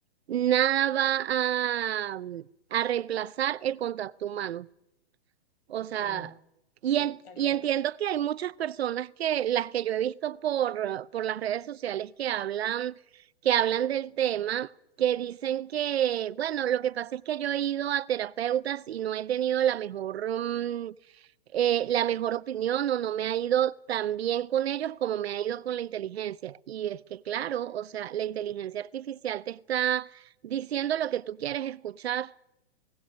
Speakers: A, on the right; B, on the left.
A: nada va a, a reemplazar el contacto humano. O sea,
B: No,
A: y,
B: mm,
A: en-
B: tal
A: y
B: cual.
A: entiendo que hay muchas personas que, las que yo he visto por, por las redes sociales que hablan, que hablan del tema, que dicen que, bueno, lo que pasa es que yo he ido a terapeutas y no he tenido la mejor, mm, eh, la mejor opinión o no me ha ido tan bien con ellos como me ha ido con la inteligencia. Y es que, claro, o sea, la inteligencia artificial te está diciendo lo que tú quieres escuchar